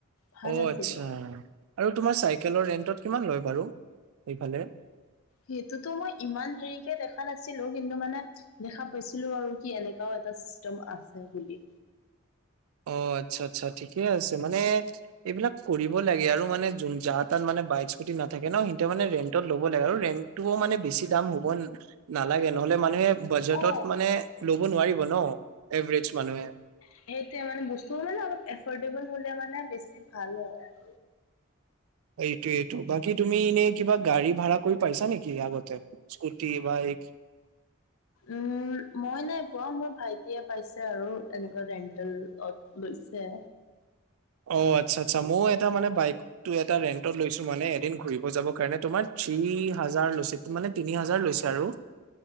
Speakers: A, on the left (about 80°); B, on the right (about 80°).
A: ভাল
B: অ'
A: আছিলে
B: আচ্ছা, আৰু তোমাৰ চাইকেলৰ ৰেণ্টত কিমান লয় বাৰু সেইফালে?
A: সেইটোতো মই ইমান হেৰিকে দেখা নাছিলো কিন্তু মানে দেখা পাইছিলো আৰু কি এনেকাও এটা চিষ্টেম আছে বুলি।
B: অ' আচ্ছা আচ্ছা ঠিকে আছে, মানে এইবিলাক কৰিব লাগে আৰু মানে যোন যাৰ তাত মানে বাইক স্কুটি নাথাকে ন সিহঁতে মানে ৰে ণ্টত ল'ব লাগে আৰু ৰেন্টটোও মানে বেছি দাম হ'ব নালাগে নহ'লে মানুহে বাজেটত
A: অ
B: মানে ল'ব নোৱাৰিব ন এভৰেজ মানুহে।
A: সেইটোৱে মানে বস্তু মানে অলপ এফৰ্ডেবল হলে মানে বেছি ভাল হয়। আৰু
B: এইটোৱেটো, বাকী তুমি এনেই কিবা গাড়ী ভাড়া কৰি পাইছা নেকি আগতে স্কুটি, বাইক-
A: উম' মই নাই পোৱা মোৰ ভাইট- এতিয়া পাইছে আৰু এনেকুৱা ৰেণ্টেলত লৈছে।
B: অ' আৎচ্ছা আৎচ্ছা ময়ো এটা মানে বাইক- তো এটা ৰেন্টত লৈছো মানে এদিন ঘুৰিব যাব কাৰণে তোমাৰ থ্ৰি হাজাৰ লৈছে। মানে তিনি হাজাৰ লৈছে আৰু